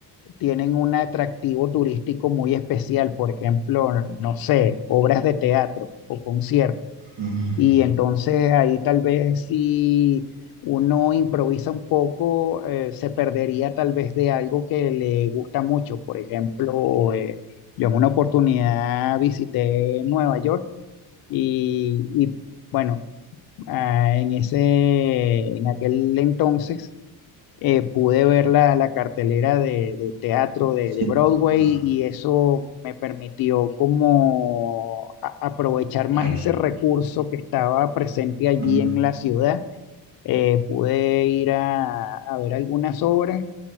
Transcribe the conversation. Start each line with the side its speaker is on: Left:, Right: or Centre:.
Left: tienen un atractivo turístico muy especial, por ejemplo, no sé, obras de teatro o conciertos
Right: Mm,
Left: y entonces ahí tal vez si uno improvisa un poco, eh, se perdería tal vez de algo que le gusta mucho. Por ejemplo, eh, yo en una oportunidad visité Nueva York y, y, bueno, ah, en ese, en aquel entonces eh, pude ver la, la cartelera de, de teatro de,
Right: sí.
Left: de Broadway
Right: Ah,
Left: y eso me permitió como a- aprovechar más
Right: a ver.
Left: ese recurso que estaba presente allí
Right: Mm,
Left: en la ciudad. Eh, pude ir a, a ver algunas obras